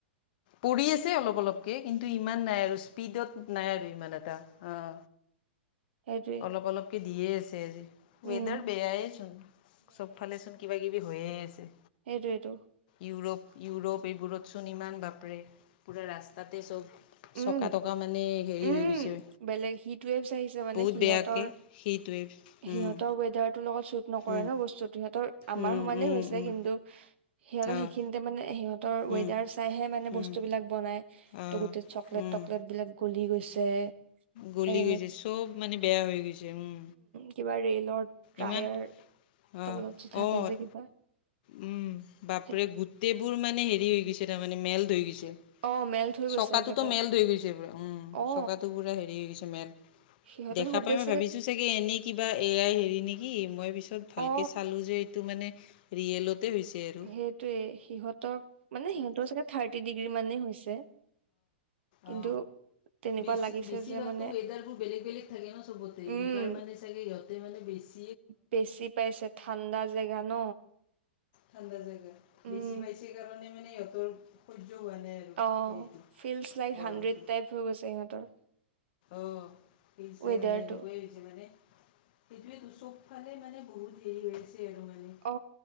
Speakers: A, on the left; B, on the right.
A: পৰি আছে অলপ অলপকে কিন্তু ইমান নাই আৰু স্পীডত নাই আৰু ইমান এটা অ'।
B: এইটো।
A: অলপ অলপকৈ দিয়ে আছে আজি
B: উম
A: ৱেডাৰ বেয়াচোন চব ফালে চোন কিবা কিবি হৈয়ে আছে।
B: সেইটোৱ এইটো।
A: ইউৰোপ ইউৰোপ এইবোৰতচোন ইমান বাপৰে পূৰা ৰাস্তাতে চব
B: উম
A: চকা তকা মানে হেৰি
B: উম
A: হৈ গৈছে।
B: বেলেগ হিট ৱেবছ আহিছে মানে
A: বহুত
B: সিহঁতৰ
A: বেয়াকে সেইটোৱে
B: সিহঁতৰ
A: উম
B: ৱেডাৰ লগত চুট নকৰে
A: উম
B: ন বস্তুতো সিহতৰ আমাৰ
A: উম
B: সমানে
A: উম
B: হৈছে
A: উম
B: কিন্তু সিহঁতৰ
A: অঁ
B: সেইখিনিতে মানে সিহঁতৰ ৱেডাৰ
A: উম
B: চাইহে মানে
A: উম
B: বস্তু বিলাক বনাই
A: অঁ
B: ত গোটেই চকলেট
A: উম
B: তকলেট বিলাক গলি গৈছে।
A: গলি
B: সেই তেনে
A: গৈছে চব মানে বেয়া হৈ গৈছে উম
B: কিবা ৰেলৰ টায়াৰ
A: ইমান আহ
B: তলত যে থাকে
A: অ'ত।
B: যে কিবা
A: উম বাপৰে
B: সেই-
A: গোটেইবোৰ মানে হেৰি হৈ গৈছে তাৰমানানে মেলট হৈ গৈছে।
B: অ মেল্ট হৈ গৈছে
A: চকাতটোতো
B: একেবাৰতে
A: মেলট হৈ গৈছে ব উম
B: অ
A: চকাটো। পুৰা হেৰি গৈছে মেলেট
B: সিহঁতৰ
A: দেখা
B: খুব
A: পাই
B: বেছিকে
A: মই ভাবিছোঁ চাগে এনেই কিবা এ আই হেৰি নেকি মই পিছত ভালকে
B: অ
A: চালো যে এইটো মানে ৰিয়েলত তে <unintelligible>
B: সেইটোৱে সিহঁতক মানে সিহঁতৰ চাগে থাৰ্টি ডিগ্ৰী মানেই হৈছে। কিন্তু
A: অ
B: তেনেকুৱা
A: বেছি
B: লাগিছে
A: বেছিভাগতো
B: যে মানে
A: ৱেদাৰবোৰ বেলেগ বেলেগ থাকে ন সবতে
B: উম
A: এইবাৰ মানে চাগে ইহঁতে মানে বেছি,
B: বেছি পাইছে ঠাণ্ডা জেগা ন
A: ঠাণ্ডা জেগা
B: উম
A: বেছি পাইছে কাৰণে মানে ইহঁতৰ সহ্য হোৱা নাই আৰু
B: অ
A: হেৰিটো
B: ফিল্ডছ লাইক
A: গৰমটো
B: হাড্ৰেড টাইপ হৈ গৈছে সিহঁতৰ।
A: অ ফিল্ডছ
B: ৱেডাৰটো
A: লাইক মানে এনেকুৱাই। মানে সেইটোয়েটো চব ফালে মানে বহুত হেৰি হৈ আছে আৰু মানে
B: অ